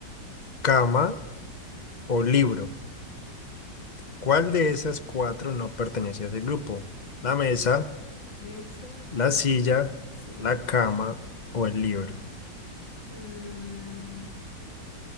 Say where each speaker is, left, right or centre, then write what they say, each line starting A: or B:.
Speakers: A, on the left; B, on the left.
A: cama o libro. ¿Cuál de esas cuatro no pertenece a ese grupo? La mesa,
B: Mesa,
A: la silla,
B: silla.
A: la cama o el libro.
B: Mm,